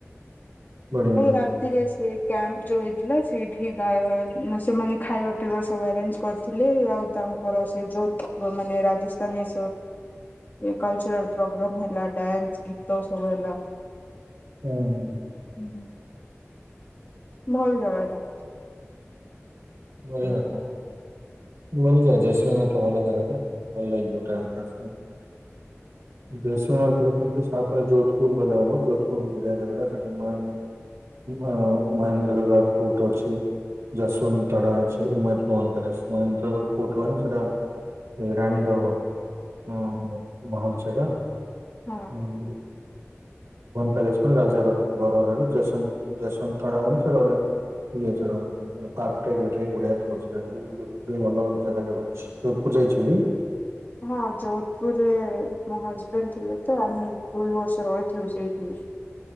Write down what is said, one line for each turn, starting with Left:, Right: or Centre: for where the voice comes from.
Right: ବଢିଆ
Left: ହୋଉ
Right: ହୁଁ
Left: ରାତିରେ ସେ କ୍ୟାମ୍ପ ଯୋଉ ହେଇଥିଲା ସେଇଠି ସେମାନେ ଖାଇବା ପିଇବା ସବୁ ଆରେଞ୍ଜ କରିଥିଲେ ଆଉ ତମେ ପୁରା ସୂର୍ଯ୍ୟ ଉଦୟ ରାଜସ୍ଥାନ ଏ କଲଚରାଲ୍ ପ୍ରୋଗ୍ରାମ୍ ହେଲା ଡ୍ୟାନ୍ସ ଗୀତ ସବୁ ହେଲା।
Right: ହୁଁ।
Left: ହୁଁ। ନାଇଁ ଅଲଗା କଥା।
Right: ବଢିଆ
Left: ଟା।
Right: ତ। ଭଲ ଯା ଜେସମିନା ତ ଭଲ ଜାଗାଜେ ଭଲ ଲାଗିବ ଟାଇମ ପାସ୍ ପାଇଁ। ଜେସିନୀ ତାପରେ ଯୋଧପୁର ଗଲେ ହବ ଯୋଧପୁର ବି ବଢିଆ ଜାଗା ଟା ସେଠି ନୂଆ ଅ ମହେନ୍ଦ୍ର ଗର ପୋର୍ଟ ଅଛି ଯଶବନ୍ତ ତ ଅଛି ଉମେଦ ଭବନ ପ୍ୟାଲେସ୍ ଉମେ ପୋର୍ଟ ମାନେ ସେଟା ରାଣୀର ଉଁ ହୁଁ <unintelligible> ଉମେଦ ଭବନ
Left: ହଁ।
Right: ପ୍ୟାଲେସ ମାନେ ରାଜାର ଘର ଜେଶ୍ବନ୍ତ୍ ଜେସନ୍ତଡା ମାନେ ସେଟା ଗୋଟେ <unintelligible> <unintelligible>
Left: ହଁ ଯୋଧପୁରରେ ମୋ ହଜବେଣ୍ଡ ଥିଲେ ତ ଆମେ ଦୁଇ ବର୍ଷ ରହିଥିଲୁ ସେଇଠି।